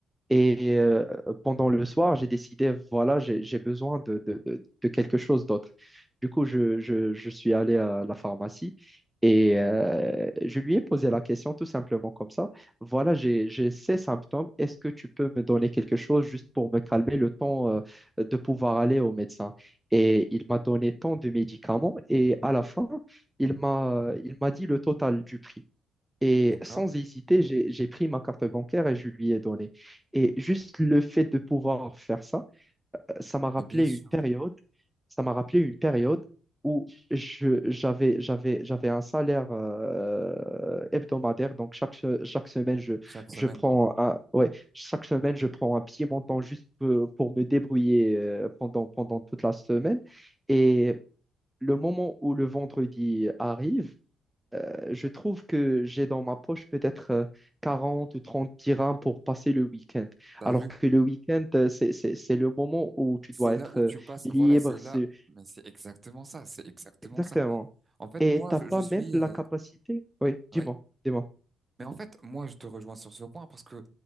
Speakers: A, in the centre; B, on the right (about 25°).
A: Et euh, pendant le soir, j'ai décidé, voilà, j'ai j'ai besoin de, de- de- de quelque chose d'autre. Du coup, je, je- je suis allé à la pharmacie et euh, je lui ai posé la question tout simplement comme ça. Voilà, j'ai j'ai ces symptômes. Est-ce que tu peux me donner quelque chose juste pour me calmer le temps euh, de pouvoir aller au médecin? Et il m'a donné tant de médicaments et à la fin, il m'a il m'a dit le total du prix. Et
B: d'accord,
A: sans hésiter, j'ai, j'ai pris ma carte bancaire et je lui ai donné. Et juste le fait de pouvoir faire ça, ça m'a rappelé
B: et bien sûr,
A: une période, ça m'a rappelé une période où je, j'avais, j'avais, j'avais un salaire euh, hebdomadaire. Donc chaque, se- chaque semaine, je,
B: chaque semaine,
A: je prends un, ouais, chaque semaine, je prends un petit montant juste pour, pour me débrouiller euh, pendant, pendant toute la semaine. Et le moment où le vendredi arrive, euh, je trouve que j'ai dans ma poche peut-être euh, 40 ou 30 dirhams pour passer le week-end.
B: t'as
A: Alors
B: vu,
A: que le week-end, euh, c'est, c'est, c'est le moment où tu
B: c'est
A: dois être
B: là où
A: euh,
B: tu passes.
A: libre.
B: Voilà, c'est là,
A: c'est-
B: mais c'est exactement ça, c'est exactement
A: Exactement.
B: ça. En fait,
A: Et
B: moi,
A: t'as
B: je,
A: pas
B: je suis,
A: même la
B: euh,
A: capacité. Oui, dis-moi,
B: oui.
A: dis-moi.
B: Mais en fait, moi, je te rejoins sur ce point parce que